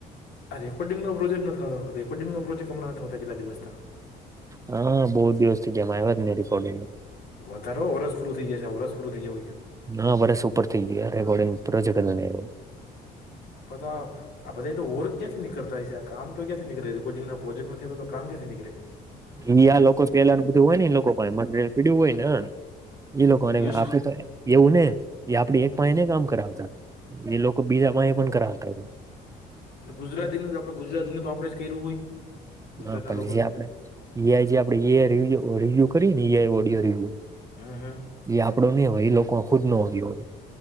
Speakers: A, on the left; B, on the right.
A: આ રેકોર્ડિંગો પ્રોજેક્ટતો રેકોર્ડિંગો પ્રોજેક હમણાં થતા કેટલા દિવસથા.
B: હા બહુ દિવસ થી જેમ આવ્યા મે રેકોડીન.
A: વધારે વર્ષપૂરું થઈ જશે વરસપરું થઈ જવું.
B: હા ભરે સુપર થઈ ગયા રેકોર્ડિંગજ.
A: પધ આ બધા એ તો ઓર ક્યાંથી નીકળતા હોય છે. કામ તો ક્યાં નીકળે રેકોર્ડીંગ પ્રોજેક્ટ નથીતો તો કામ કિયાયાંથી નીકળે.
B: અયા લોકો પેલા નનું બધું હોય ને લોકો મટરિયલ પીડ્યું હોય ને એ લોકોને
A: યુસ
B: આપે તો એવું ને જે આપડે એક પાયાને કામ કરાવતા એ લોકો બીજા પાય પણ કરાવતા
A: ગુજરાતી ન આપડ ગુજરાતી ન તો આપડ જ કર્યું હોય ગુજરાતના
B: હા પણ
A: લોકોએ
B: જે આપણેે આઈ જે આપે રિવ્યુ કરી નેઆ ઓડિયો રિવ્યુ
A: હ હ.
B: એ આપડો નહ હોય એ લોકો ખુદ નો આવ્યો હોય